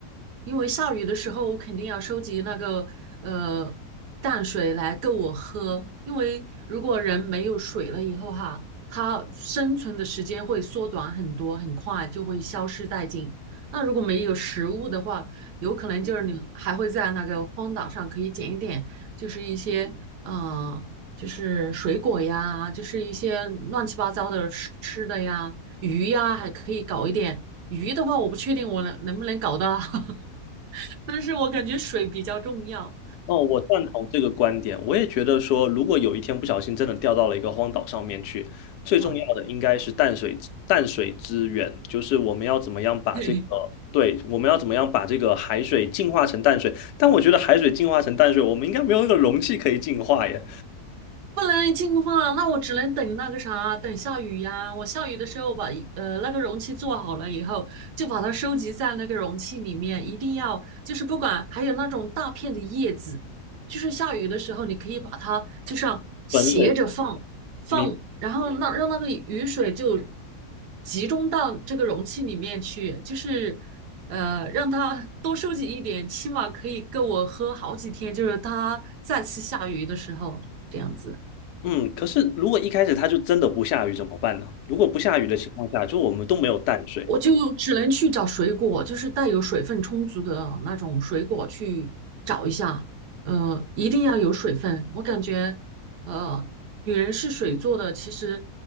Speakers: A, on the right (about 85°); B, on the left (about 75°).
A: 因为下雨的时候我肯定要收集那个呃淡水来够我喝，因为如果人没有水了以后哈，它生存的时间会缩短很多，很快就会消失殆尽。那如果没有食物的话，有可能就是你还会在那个荒岛上可以捡一点，就是一些嗯。呃就是水果呀，就是一些乱七八糟的吃吃的呀，鱼呀，还可以搞一点。鱼的话，我不确定我能能不能搞到，<laughs> 但是我感觉水比较重要。
B: 哦，我赞同这个观点。我也觉得说，如果有一天不小心真的掉到了一个荒岛上面去，最重要的应该是淡水淡水资源，
A: 哈，
B: 就是我们要怎么样把这个，
A: <laughs>
B: 对，我们要怎么样把这个海水净化成淡水。但我觉得海水净化成淡水，我们应该没有那个容器可以净化耶。
A: 不能净化，那我只能等那个啥，等下雨呀。我下雨的时候把一呃那个容器做好了以后，就把它收集在那个容器里面，一定要就是不管还有那种大片的叶子，就是下雨的时候你可以把它就像斜着放放，
B: 本水明，
A: 然后那让那个雨水就集中到这个容器里面去，就是呃让它多收集一点，起码可以够我喝好几天，就是它再次下雨的时候这样子。
B: 嗯，可是如果一开始它就真的不下雨怎么办呢？如果不下雨的情况下，就我们都没有淡水。
A: 我就只能去找水果，就是带有水分充足的那种水果去找一下。呃，一定要有水分。我感觉，呃，女人是水做的，其实